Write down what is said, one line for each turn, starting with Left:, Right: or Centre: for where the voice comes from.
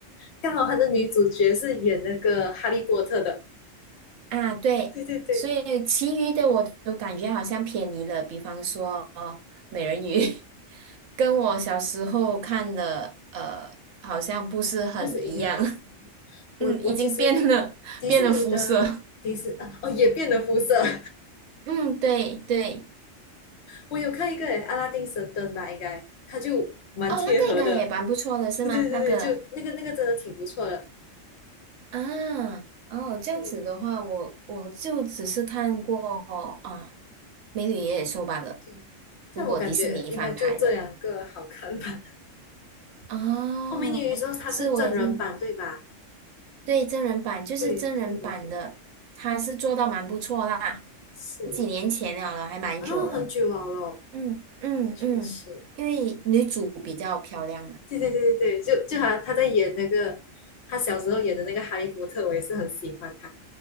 Left: 刚好他的女主角是演那个哈利波特的。
Right: 啊，对，
Left: 对对对，
Right: 所以其余的我都感觉好像偏离了，比方说哦，美人鱼 <laughs> 跟我小时候看的呃，好像不是很一样，
Left: 不止一样啊。
Right: <laughs>
Left: 我我其实
Right: 嗯，已经变了，
Left: 迪士尼的迪士啊哦也变了肤色。
Right: 变了肤色，
Left: <laughs>
Right: 嗯，对对，
Left: 我有看一个诶，阿拉丁神灯吧，应该它就蛮贴合的。
Right: 哦，那个应该也蛮不错的，是吗？
Left: 对对对对，
Right: 那个
Left: 就那个那个真的挺不错的。
Right: 啊，哦，这样子的话，
Left: 对
Right: 我我就只是看过啊，《美女与野兽》罢了，
Left: 对，
Right: 如果迪士尼翻拍的。
Left: 但我感觉应该就这两个好看吧。
Right: 哦，
Left: <laughs> 哦，美女与野兽它是真人版对吧？
Right: 是我也是，对，真人版就是真人版的，
Left: 对对对对，
Right: 他是做到蛮不错啦，
Left: 是。
Right: 几年前了了，还蛮久了。
Left: 然后很久了咯，
Right: 嗯嗯嗯，
Left: 确实。
Right: 因为女主比较漂亮嘛。
Left: 对对对对对，就就他他在演那个他小时候演的那个哈利波特，我也是很喜欢他。